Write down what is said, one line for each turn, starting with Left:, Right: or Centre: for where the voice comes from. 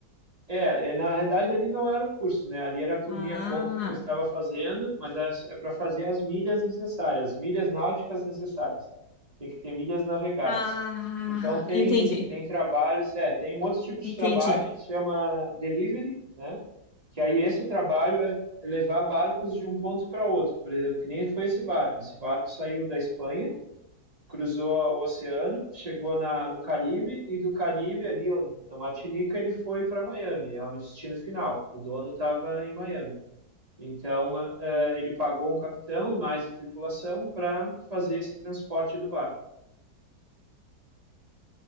Right: É, é, na verdade ali não era o curso, né? Ali era por
Left: Ah,
Right: minha conta que eu estava fazendo, mas é, é para fazer as milhas necessárias, as milhas náuticas necessárias. Tem que ter milhas navegadas.
Left: ah,
Right: Então tem
Left: entendi,
Right: tem trabalhos, é, tem um outro tipo de
Left: entendi.
Right: trabalho que se chama delivery, né? Que aí esse trabalho é levar barcos de um ponto para outro. Por exemplo, que nem foi esse barco. Esse barco saiu da Espanha cruzou o oceano, chegou na, no Caribe e do Caribe ali ó, na Martinica ele foi para Miami, era o destino final. O dono estava em Miami. Então ah, ah, ele pagou um capitão e mais a tripulação para fazer esse transporte do barco.